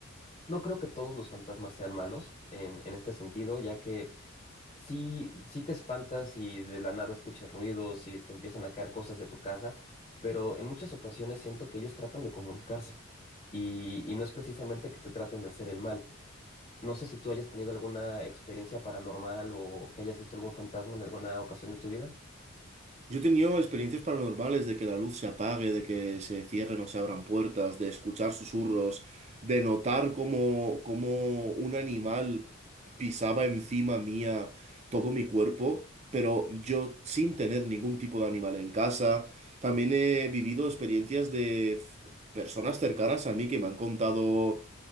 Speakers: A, on the left; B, on the right.
A: No creo que todos los fantasmas sean malos en, en este sentido, ya que sí, sí te espantas y de la nada escuchas ruidos y se empiezan a caer cosas de tu casa, pero en muchas ocasiones siento que ellos tratan de comunicarse y, y no es precisamente que te traten de hacer el mal. No sé si tú hayas tenido alguna experiencia paranormal o que hayas visto algún fantasma en alguna ocasión de tu vida.
B: Yo he tenido experiencias paranormales de que la luz se apague, de que se cierren o se abran puertas, de escuchar susurros, de notar cómo cómo un animal pisaba encima mía todo mi cuerpo, pero yo sin tener ningún tipo de animal en casa. También he vivido experiencias de f- personas cercanas a mí que me han contado